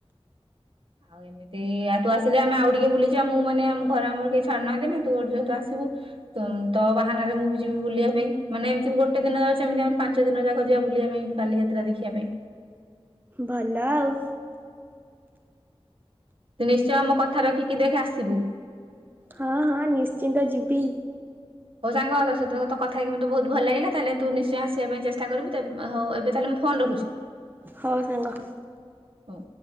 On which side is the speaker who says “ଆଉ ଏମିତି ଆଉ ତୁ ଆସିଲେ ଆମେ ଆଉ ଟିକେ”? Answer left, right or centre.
Right